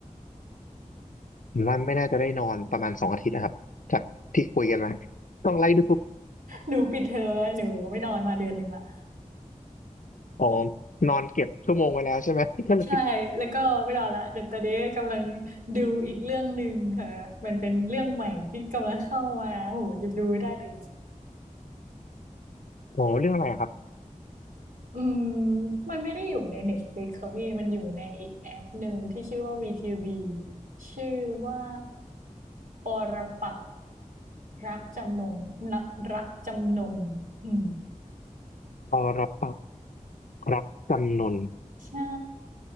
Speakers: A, on the left; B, on the right.
A: ผมว่าไม่น่าจะได้นอนประมาณสองอาทิตย์นะครับจากที่คุยกันมาต้องไล่ดู
B: <laughs> หนูปิดเทอมแล้วหนูไม่นอนมาเดือนหนึ่งละ
A: <laughs> อ๋อนอนเก็บชั่วโมงไว้แล้วใช่ไหมก็เลย
B: <laughs> ใช่แล้วก็ไม่นอนละเดี๋ยวตอนนี้กำลังดูอีกเรื่องหนึ่งค่ะมันเป็นเรื่องใหม่ที่กำลังเข้ามาโหหยุดดูไม่ได้เลย
A: <laughs> อ๋อเรื่องอะไรอะครับ
B: อืมมันไม่ได้อยู่ใน Netflix ค่ะพี่มันอยู่ในอีกแอปหนึ่งที่ชื่อว่า VTV ชื่อว่าปรปักษ์รักจำนนรักรักจำนนอืม
A: อรปักษ์รักจำนน
B: ใช่